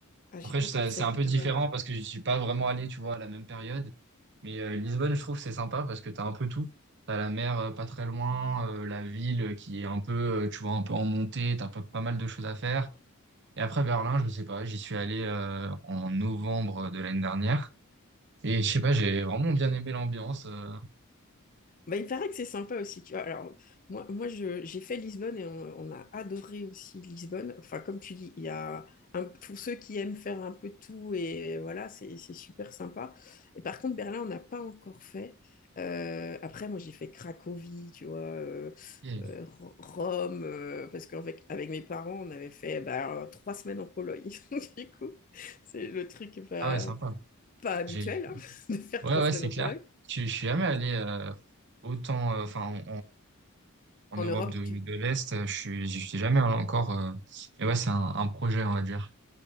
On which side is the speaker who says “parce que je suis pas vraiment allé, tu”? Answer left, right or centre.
Right